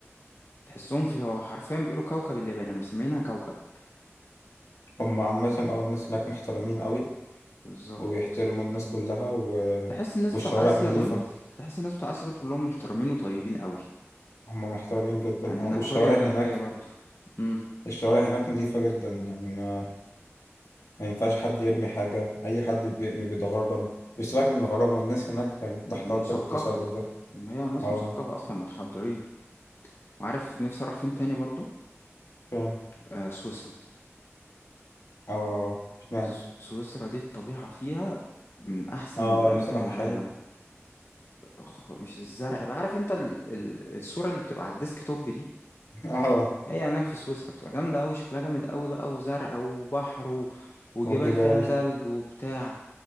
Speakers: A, on the left (about 55°); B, on the left (about 85°).
A: تحسهم في هو حرفيا بيقولوا كوكب اليابان انا مسمينها كوكب
B: هم عامة أه الناس هناك محترمين أوي
A: بالظبط
B: وبيحترموا الناس كلها و...
A: تحس الناس
B: والشوارع
A: بتوع اسيا
B: نظيفة
A: دول تحس الناس بتوع اسيا دول كلهم محترمين وطيبين قوي
B: هم محترمين جدا
A: يعني
B: اه
A: ان
B: والشوارع
A: كوريا الجنوبيه
B: هناك
A: برضو امم
B: الشوارع هناك نظيفة جدا يعني ما ما ينفعش حد يرمي حاجة أي حد بيرمي بيتغرم بيسيبك من الغرامة الناس هناك يعني بتحتقر
A: مثقفه
B: التصرف ده
A: وهي ناس
B: اه
A: مثقفه اصلا متحضرين وعارف نفسي اروح فين تاني برضو
B: فعلا.
A: آه سويسرا
B: اه اشمعنى
A: س- سويسرا دي الطبيعه فيها من احسن
B: اه
A: الاماكن
B: هي بصراحة
A: العالم
B: حلو
A: خ- مش الزرع بقى عارف انت ال... ال... الصوره اللي بتبقى على الديسك توب دي
B: <laughs> اه
A: هي هناك في سويسرا بتبقى جامدة أوي شكلها جامد أوي بقى وزرع وبحر و... وجبال
B: والجبال
A: فيها تلج وبتاع